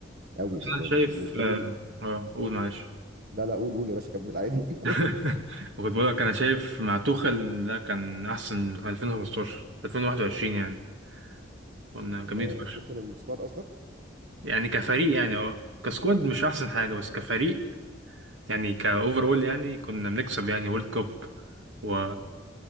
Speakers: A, on the right; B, on the right.
A: قوي
B: بس
A: يعني
B: أنا شايف
A: بالنسبه
B: آه
A: لي
B: آه، قول معلش
A: لا لا قول قول يا باشا كمل عادي
B: <laughs>
A: <laughs>
B: واخد بالك أنا شايف مع توخل لا كان أحسن 2015 2021 يعني كنا جامدين
A: آه،
B: فشخ
A: توخيل السكواد قصدك
B: يعني كفريق يعني أه كسكواد مش أحسن حاجة بس كفريق يعني كأوفر أول يعني كنا بنكسب يعني وورلد كوب و